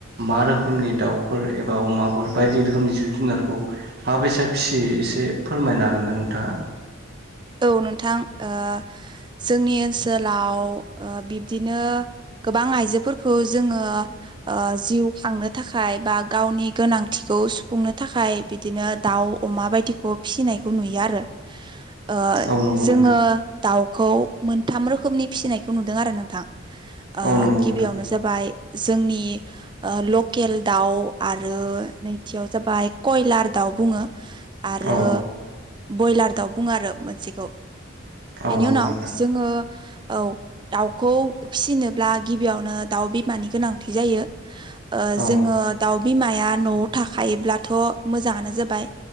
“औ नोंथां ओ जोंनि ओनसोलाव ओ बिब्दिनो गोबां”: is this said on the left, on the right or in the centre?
Right